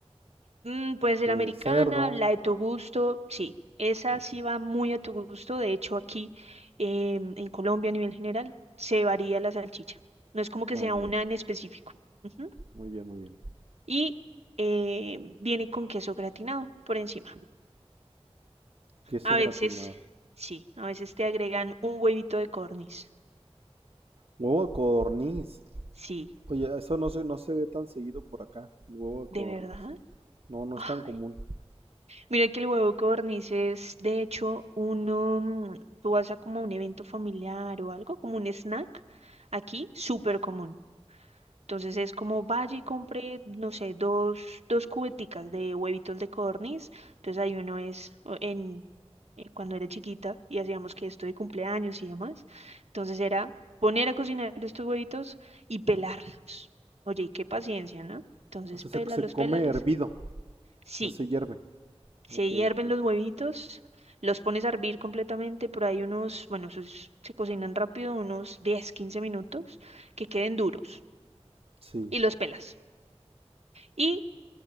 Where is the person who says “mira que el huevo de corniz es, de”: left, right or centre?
Right